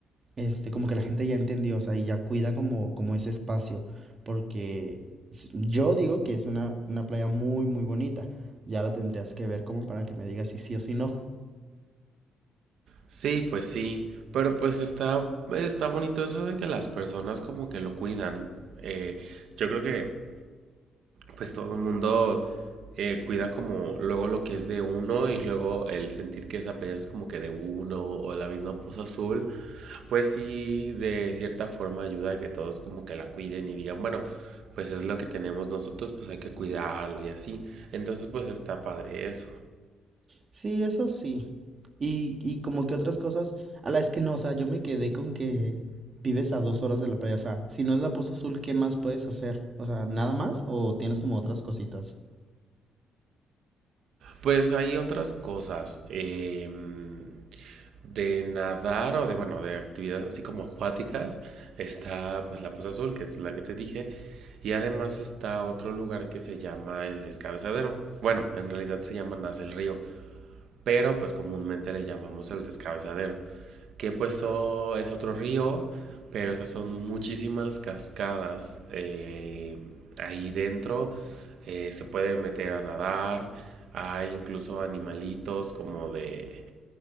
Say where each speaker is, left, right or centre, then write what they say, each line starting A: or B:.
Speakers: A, on the right (about 40°); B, on the right (about 70°).
A: este, como que la gente ya entendió, o sea, y ya cuida como, como ese espacio, porque s- yo digo que es una, una playa muy, muy bonita. Ya la tendrías que ver como para que me digas si sí o si no.
B: Sí, pues sí, pero pues está, está bonito eso de que las personas como que lo cuidan. Eh, yo creo que pues todo el mundo eh, cuida como luego lo que es de uno y luego el sentir que esa playa es como que de uno o la misma Poza Azul, pues sí, de cierta forma ayuda a que todos como que la cuiden y digan, bueno, pues es lo que tenemos nosotros, pues hay que cuidarlo y así. Entonces, pues está padre eso.
A: Sí, eso sí. Y, y como que otras cosas, a la es que no, o sea, yo me quedé con que vives a dos horas de la playa, o sea, si no es la Poza Azul, ¿qué más puedes hacer? O sea, ¿nada más o tienes como otras cositas?
B: Pues hay otras cosas. em, de nadar o de, bueno, de actividades así como acuáticas, está pues la Poza Azul, que es la que te dije. Y además está otro lugar que se llama el Descabezadero. Bueno, en realidad se llama Nace el Río pero pues comúnmente le llamamos el descabezadero, que pues oh, es otro río, pero esas son muchísimas cascadas eh, ahí dentro, eh, se puede meter a nadar, hay incluso animalitos como de